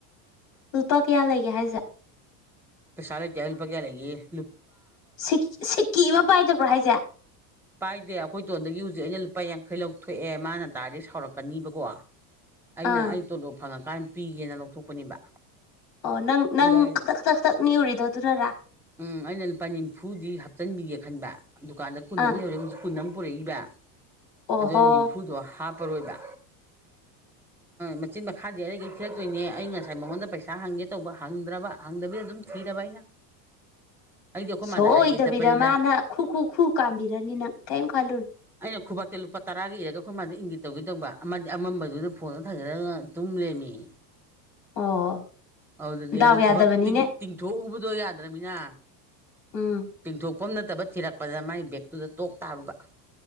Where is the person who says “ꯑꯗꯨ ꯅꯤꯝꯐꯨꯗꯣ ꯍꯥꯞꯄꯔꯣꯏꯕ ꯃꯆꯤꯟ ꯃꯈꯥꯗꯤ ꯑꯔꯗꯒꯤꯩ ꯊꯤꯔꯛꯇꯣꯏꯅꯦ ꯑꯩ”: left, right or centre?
Centre